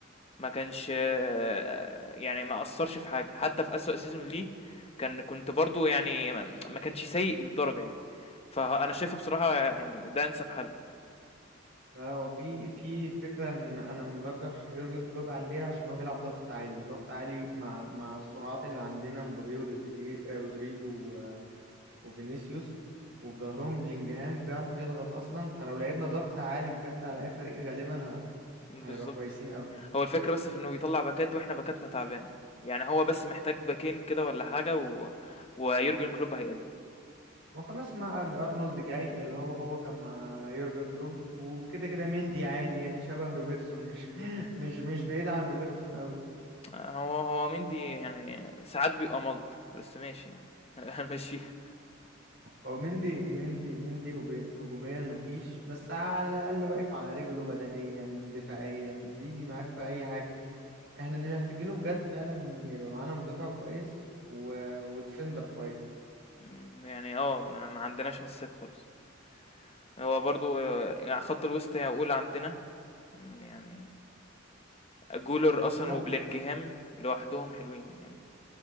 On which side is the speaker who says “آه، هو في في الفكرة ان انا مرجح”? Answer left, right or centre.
Right